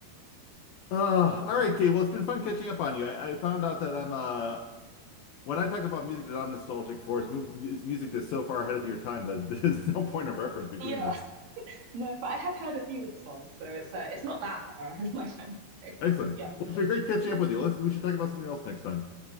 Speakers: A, on the left; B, on the right.
A: Uh, all right, Kate. Well, it's been fun catching up on you. I, I found out that I'm uh When I talk about music that I'm nostalgic for, it's, mov it's music that's so far ahead of your time that <laughs> there's no point of reference between
B: Yeah,
A: us.
B: no, but I have heard a few of the songs, so it's uh, it's not that far. I have my time. So
A: Excellent.
B: yeah,
A: Well, it's been great catching
B: yeah,
A: up with you. Let's, we should talk about something else next time.